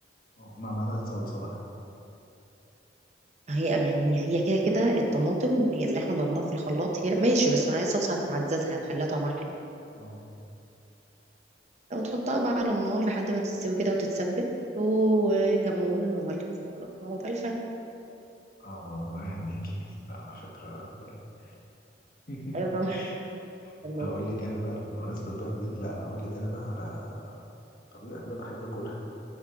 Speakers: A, on the left (about 55°); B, on the right (about 40°).
A: اه مع معلقة صلصة بقى
B: هي يعني هي كده كده الطماطم اللي احنا ضربناها في الخلاط هي ماشي بس معايا صلصة هتعززها هتخليها طعمها حلو
A: اه
B: وتحطها بقى على النار لحد ما تستوي كده وتتسبك وكمون وملح في الفلفل وبألفان
A: اه هنيكي ده فكرة حلوة <laughs>
B: ايوه طعمها حلو والله
A: هقول لك أنا بقى بمناسبة بقى البيض لا أنا هقول لك أنا بقى على طريقة كده بحب أكلها